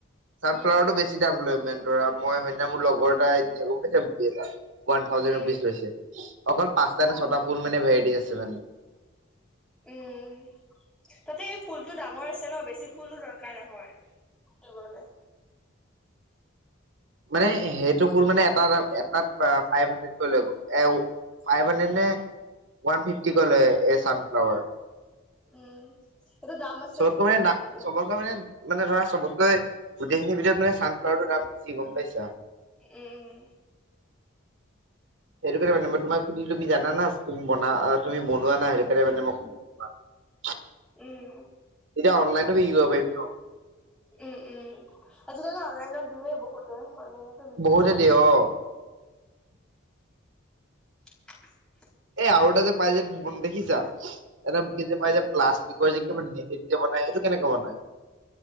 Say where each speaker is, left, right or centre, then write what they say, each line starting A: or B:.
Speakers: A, on the right; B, in the centre.
A: চানফ্লাৱাৰটো
B: উম
A: বেছি দাম লয় মান ধৰা মই হেইদিনা মোৰ লগৰ এটাছে গম পাইছে বোকে এটা। ওৱান থাজেণ্ড
B: উম
A: ৰুপিচ লৈছে অকল পাঁচ
B: অ
A: নে ছটা ফুল মানে ভেৰাইটি আছে মানে।
B: উম, তাতে ফুলতটো ডাঙৰ আছে ন বেছি ফুলো দৰকাৰ নহয় ল'বলে
A: মানে সেইটো ফুল মানে এটা এটাত ফাইভ হাড্ৰেডকৈ লৈ এ ফাইভ হাড্ৰেড নে ওৱান ফিফটি কৈ লয় এই চানফ্লাৱাৰ।
B: উম সেইটো দাম আছে
A: চবতকৈ
B: ফুলটো
A: মানো
B: কিন্তু।
A: চবতকৈ মানে মানে ধৰা চবতকৈ গোটেইখিনিতৰতানোন্লাৰৰ দাম বেছি গম পাইছা
B: উম।
A: সেইটো কাৰণে মানেই তোমাক সুধিলো তুমি জানা তুমি বনা তুমি বনোৱা না সেইটো কাৰণে মই সুধিলো <unintelligible>
B: উম।
A: এতিয়া অণলাইন বিক্ৰী কৰিব পাৰিম ন।
B: উম, উম আজিকালি অনলাইনত দিয়ে বহুতে অনলাইনতে বিক্ৰী
A: বহুতে
B: কৰে।
A: দিয়ে <unintelligible>
B: <inaudible>
A: এ আৰু এটা যে পাই যে দেখিছা এটা বুকে যে পাই যে প্লাষ্টিকৰ যে নেটে যে বনাই। সেইটো কেনেকা বনাই?